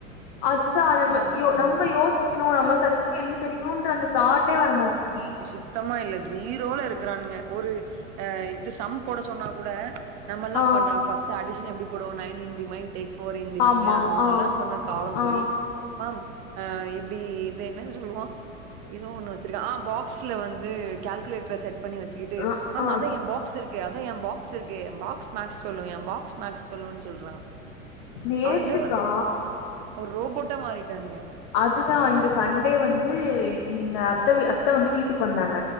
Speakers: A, on the left; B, on the right.
A: அதுதா நம்ப
B: அந்த
A: யோ
B: மென்டாலிட்டி
A: நம்ப யோசி க்கினு நமக்கு அத பத்தி என்ன தெரியூன்ற அந்த தாட்டே வர மாட்டிக்கி
B: சுத்தமா இல்ல ஜீரோல இருக்கறானுங்க ஒரு ஆ இது சம் போட சொன்னா கூட நம்ம எல்லா
A: ஆ
B: ஃப ஃபஸ்ட்டு அடிஷன் எப்டி போடுவோ nine in the remain takes four in the
A: ஆமா
B: ஃபிங்கர் அந்த மாரிலா
A: ஆ
B: சொன்ன காலோ
A: ஆ
B: போயி மாம் ஆ எப்டி இத என்னனு சொல்லுவா எதோ ஒண்ணு வச்சிருக்க, ஆ பா க்ஸ்ல வந்து கால்குலேட்டர செட் பண்ணி வச்சுக்கிட்டு
A: அ
B: மாம்
A: ஆ
B: அதா எ பா க்ஸ் இருக்கே அதா எ பாக்ஸ் இருக்கே, எ பாக்ஸ் மேக்ஸ் சொல்லு, எ பாக்ஸ் மேக்ஸ் சொல்லுனு சொல்றா
A: நேத்துக்கா
B: அவனுங்ளே ஒரு ரோபோட்டா மாறிட்டானுங்க
A: அதுதா இந்த சண்டே வந்து எங்க அத்த அத்த வந்து வீட்டுக்கு வந்தாங்க